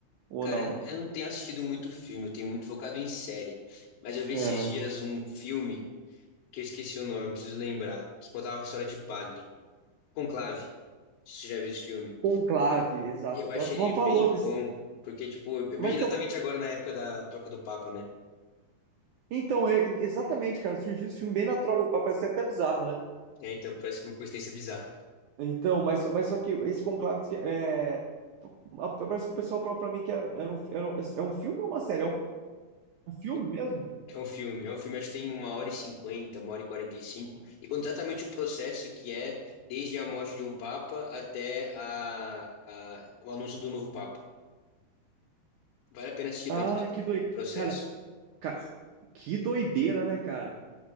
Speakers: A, on the right (about 85°); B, on the left (about 75°).
A: Ou
B: Cara,
A: não?
B: eu não tenho assistido muito filme, eu tenho muito focado em série. Mas eu vi
A: Aham.
B: esses dias um filme que eu esqueci o nome, preciso lembrar, que contava a história de padre. Conclave. Você já viu esse filme?
A: Conclave, exato.
B: Eu
A: A
B: acho
A: turma
B: ele
A: falou
B: bem
A: desse.
B: bom, porque, tipo, é bem
A: Mas
B: exatamente
A: então,
B: agora na época da troca do Papa, né?
A: então é, exatamente, cara, surgiu esse filme bem na troca do papel, isso é até bizarro, né?
B: É, então, parece uma coincidência bizarra.
A: Então, mas, mas só que esse Conclave diz que, é, a- parece que o pessoal falou pra mim que era, era um, era um- é um filme ou uma série? É um, um filme
B: É um
A: mesmo?
B: é um filme, é um filme, acho que tem uma hora e cinquenta, uma hora e quarenta e cinco, e conta exatamente o processo que é desde a morte de um Papa até a, a- o anúncio do novo Papa. Vale a pena assistir
A: Ah,
B: pra entender
A: que doideira.
B: o processo.
A: Cara, ca- que doideira, né, cara?